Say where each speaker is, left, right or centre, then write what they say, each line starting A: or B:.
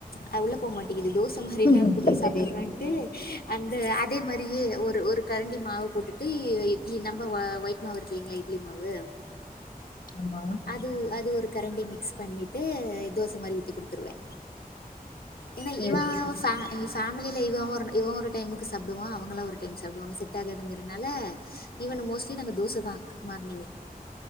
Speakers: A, on the left (about 85°); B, on the left (about 65°).
A: ஆ உள்ள போமாட்டேங்குது தோச மாரினா
B: ம்
A: குடி சாப்படறான்ட்டு
B: சரி
A: அந்த அதே மாரியே ஒரு ஒரு கரண்டி மாவு போட்டுட்டு இட்லி நம்ம அ ஆ ஒயிட் மாவு இருக்கு இல்லீங்களா இட்லி மாவு
B: ஆமா
A: அது அது ஒரு கரண்டி மிக்ஸ் பண்ணிட்டு தோச மாரி ஊத்தி குடுத்துருவே ஏன்னா
B: சரி
A: இவா
B: சரி
A: சா இ சா மலில இவ ஒரு ந இவ ஒரு டைமுக்கு சாப்டுவா அவங்கல்லா ஒரு டைம் சாப்டுவாங்க செட் ஆகாதுங்கிறனால ஈவன் மோஸ்ட்லி நாங்க தோசதா மார்னிங்கு.